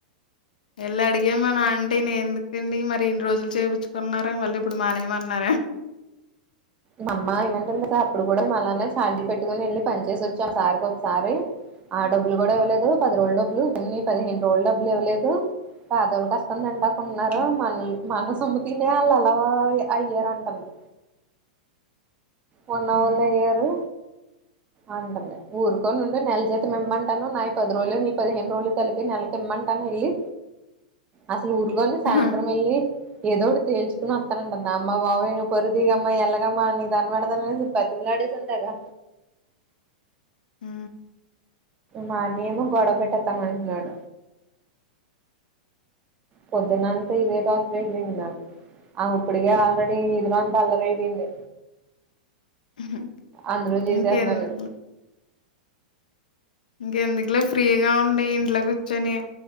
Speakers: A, on the left (about 75°); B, on the right (about 30°).
A: ఎలా అడిగమ్మ నా ఆంటీ న ఎందు ండి మరి ఇన్ని రోజులు చేపంచుకున్నారా మళ్ళీ ఇప్పుడు మానేమన్నారా
B: మా అమ్మ ఏమంట ఉంది కదా అప్పుడు కూడా మళ్నే చాల్ీ పెట్టి పట్టుకుని వెళ్ళి పని చేేసి వచ్చాం ఆసారికి ఒకసారి ఆ డబ్బులు కూడా ఇవ్వదు పది రోు డబ్బులు కొన్ని పదిహేను రోజులు డబ్బులు ఇవ్వలేదు పాద రోజులు కస్తందంట ఉన్నారు
A: హ్మ్.
B: మనలు మన సొమ్ము తిన వాళ్ళు అలావా అయ్యారంటుంది వన్
A: హ్మ్.
B: హవర్లా ఏయరు అంటండి ఊరుకోనిండి నెల చేత ఇమ్మంటాను నా పది రోజులు నీ పదిహేను రోజులు కలిపి నెలకిమ్మంటాను వెళ్ళి అసలు ఊరుగానే సాయంత్రం
A: ఆహా!
B: వెళ్ళి ఏదోటి తేల్చకకుని వస్తానండి అ అమ్మా బావే పరుదిగమ్మా ఎల్లగమ్మా అని మడ పటిలడంతాగా
A: ఆ
B: మాన్యము గడవ పెట్టతా మనుషళ పద్ద్దన అంత ఇద తాత్ర ది నాకు ఆ ఇప్పుటికే ఆల్రెడీ ఇదిలో అంత అల్లరైపోయింది
A: హ్మ్.
B: అందురూ చేసేస్తున్నారుడి
A: ఇంకెందుకు, ఇంకెందుకులో ఫ్రీగా ఉండి ఇంట్లో కూర్చొని